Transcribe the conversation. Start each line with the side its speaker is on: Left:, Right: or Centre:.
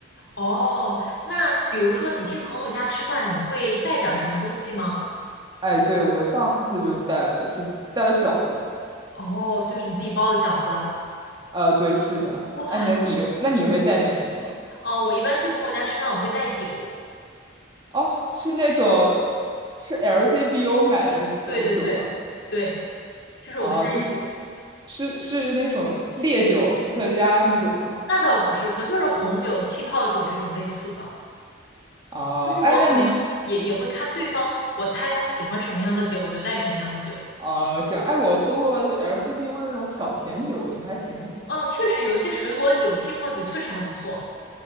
Left: 哦，那比如说你去朋友家吃饭，你会带点儿什么东西吗？
Right: 哎，对，我上次就带了，就带了饺子。
Left: 哦，就是你自己包的饺子。
Right: 呃，对，是的。
Left: 哇，
Right: 哎，你你那你会带点什么吗？
Left: 哦，我一般去朋友家吃饭，我会带酒。
Right: 哦，是那种是 LCBO 买的那种酒吗？
Left: 对对对，对，就是我会带酒。
Right: 啊，就是是是那种烈酒，伏特加那种吗？
Left: 那倒不是，可能就是红酒、气泡酒这种类似的。
Right: 啊，
Left: 就是我可能也也会看对方，
Right: 哎，那你
Left: 我猜他喜欢什么样的酒，我就带什么样的酒。
Right: 啊这样，哎，我喝过 LCBO 的那种小甜酒，我觉得还行。
Left: 哦，确实有一些水果酒、气泡酒确实还不错。